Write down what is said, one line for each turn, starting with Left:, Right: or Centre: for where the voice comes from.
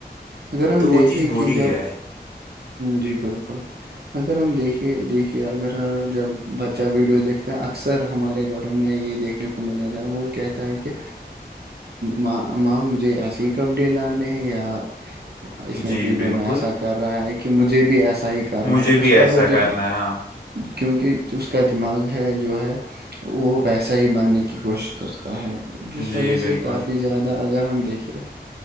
Right: اگر ہم
Left: تو
Right: دیکھیں
Left: وہ چیز بری
Right: کہ جب
Left: ہے
Right: جی بالکل اگر ہم دیکھے دیکھیے اگر جب بچہ ویڈیو دیکھتا ہے اکثر ہمارے گھروں میں یہ دیکھ دیکھنے کو مل جاتا ہے وہ کہتا ہے کہ م ماں مجھے ایسے ہی کپڈے لانے ہیں یا اس میں
Left: جی
Right: ویڈیو
Left: بالکل
Right: میں ایسا کر رہا ہے کہ مجھے بھی ایسا ہی کرنا
Left: مجھے
Right: ہے اس
Left: بھی
Right: کا
Left: ایسا
Right: وہ جو
Left: کرنا ہے ہاں
Right: کیونکہ اس کا دماغ ہے جو ہے وہ ویسا ہی ماننے کی کوشش کرتا ہے جس
Left: جی
Right: وجہ
Left: بالکل
Right: سے کافی زیادہ اگر ہم دیکھیے